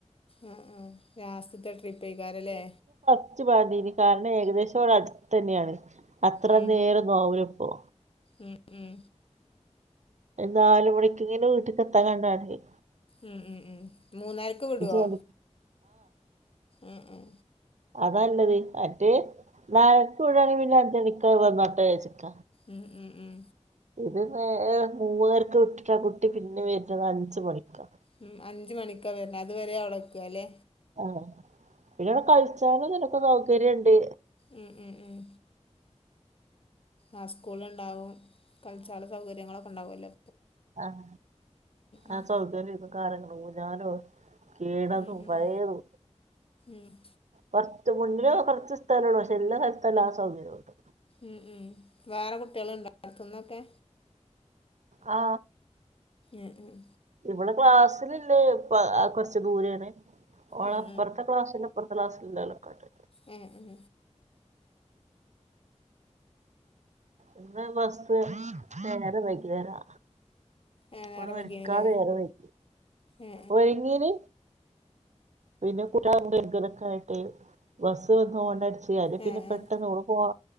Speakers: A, on the left; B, on the right.
A: ആ ആ രാസത്തെ ട്രിപ്പായിക്കാരല്ലേ
B: ഇച് ബാൻഡീന്ന് കാരണം ഏകദേഷം അട്തന്നെയാണ് അത്ര
A: ഉം
B: നേരം നോവലിപ്പോ
A: ഉം ഉം
B: നാലുമണിക്കിങ്ങനെ വീട്ടുക്ക് എത്താൻ കണ്ടാണങ്കീ
A: ഉം ഉം ഉം മൂന്നരക്ക് വിടുവോ
B: മണി
A: ഉ ഉം
B: അതാല്ലത് മറ്റേ നാക്കുഴാണെങ്കി പിന്ന അഞ്ചണിക്ക വന്നോട്ടെ വെച്ചിട്ട
A: ഉം ഉം ഉം
B: ഇത് നേ മൂന്നരക്ക് വിട്ടിട്ട് ആ കുട്ടി പിന്നെവരുന്നത് അഞ്ചുമണിക്കാ
A: ഉം അഞ്ചുമണിക്കാ വരുന്ന് അഅതുവരെ അവടെക്കാല്ലേ
B: ആ പിന്നവിടെ കളിച്ചാന് നിനക്ക് സൗകര്യണ്ട്
A: ഉം ഉം ഉം ആ സ്കൂളുണ്ടാവും കളിച്ചാനുള്ള സൗകര്യങ്ങളൊക്കെ ഉണ്ടാവുമല്ലേ
B: ആഹ
A: ഉം
B: ആഹ <unintelligible> ഊഞ്ഞാലൊ കേടാക്കും
A: ഉം ഉം
B: പഴേതു
A: ഉം
B: പ മുന്നിലോ കുറച്ചുസ്ഥലോള്ളു പക്ഷെ എല്ലാസ്ഥലത്തും എല്ലാ സൗകര്യവും ഉണ്ട്
A: ഉം ഉം വേറെ കുട്ടികളൊ ണ്ടോയടുത്തുന്നൊക്കെ
B: ആ
A: ഉം ഉം
B: ഓളെ ക്ലാസ്സിലില്ലേ പ കുറച്ചു ദൂരേണ് ഓളപ്പുറത്തെ
A: ഉം
B: ക്ലാസ്സിലെ പത്തളാസ് ഇന്താളക്കാറ്റ്
A: ഉം ഉം
B: ഇന്ന് ബസ്സ് നേരം വൈക്കി വരാ
A: ഏ നേരം
B: ഓളെ
A: വൈകിയാണല്ലേ
B: ഒരുക്കാൻ നേരവായി
A: ഏ
B: ഒരുങ്ങീനി പിന്നെ <unintelligible> ബസ്സ് വന്ന് ഓണടിച്ച് ഇ അല്ലെ പിന്നെ
A: ഏ ഏ
B: പെട്ടെന്ന് എവിടെപോവാ